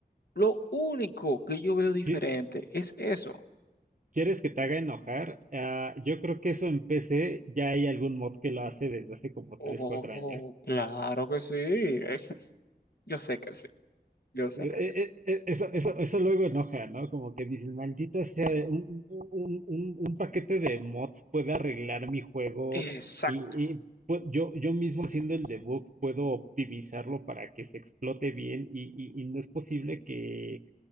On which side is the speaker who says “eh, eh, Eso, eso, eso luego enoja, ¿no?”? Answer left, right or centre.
Right